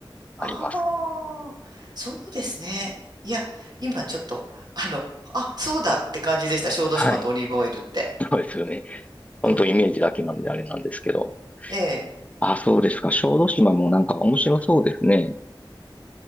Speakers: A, on the left; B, on the right.
A: あります。
B: ああ、そうですね。いや、今ちょっと、あの、あ、そうだって感じでした。小豆島とオリーブオイルって。
A: はい。そうですよね。本当イメージだけなんであれなんですけど。
B: うん。ええ
A: あ、そうですか。小豆島もなんか面白そうですね。